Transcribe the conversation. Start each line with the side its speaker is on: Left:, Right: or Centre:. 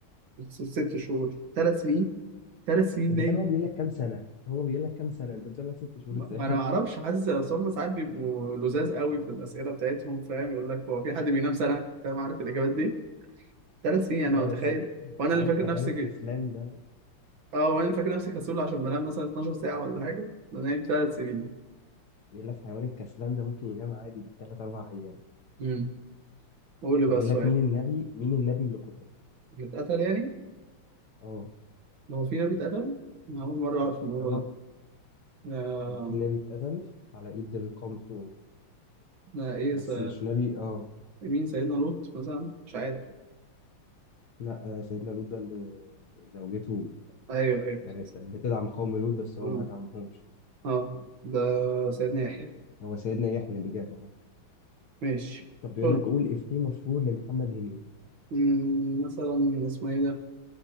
Right: س- ست شهور ثلاث سنين ثلاث سنين
Left: إذا
Right: نايم
Left: كان هو بيقول لك كم سنة هو بيقول لك كم سنة أنت بتقول لك ست شهور
Right: ما
Left: إزاي
Right: ما
Left: <laughs>
Right: انا ما اعرفش حاسس اصل هم ساعات بيبقوا لزاز قوي في الاسئله بتاعتهم فاهم يقول لك هو في حد بينام سنه فاهم عارف الاجابات دي ثلاث سنين يعني
Left: لا
Right: هو تخيل
Left: بس أنت
Right: وانا اللي
Left: عارف
Right: فاكر
Left: حيوان
Right: نفسي
Left: الكسلان ده
Right: اه وانا فاكر نفسي كسول عشان بنام مثلا 12 ساعة ولا حاجة بنام ثلاث سنين
Left: بيقول لك حيوان الكسلان ده ممكن ينام عادي بالثلاث أربع أيام
Right: امم قول لي
Left: طب
Right: بقى
Left: بيقول
Right: السؤال
Left: لك مين النبي مين النبي اللي قتل
Right: اللي اتقتل يعني
Left: اه
Right: هو في نبي اتقتل أنا أول مرة أعرف الموضوع
Left: اه
Right: ده لا
Left: كان في نبي اتقتل على إيد القوم بتوعه
Right: لا إيه
Left: بس
Right: س...
Left: مش نبي اه
Right: مين سيدنا لوط مثلا مش عارف
Left: لا آه، سيدنا لوط ده اللي زوجته
Right: أيوه أيوه
Left: كانت بتدعم قوم لوط بس هو
Right: أه
Left: ما دعمهمش
Right: أه ده سيدنا يحيى
Left: هو سيدنا يحيى اللي جابه اه
Right: ماشي
Left: طب بيقول
Right: قول
Left: لك قول إفيه مشهور لمحمد هنيدي
Right: مم، مثلا اسمه إيه ده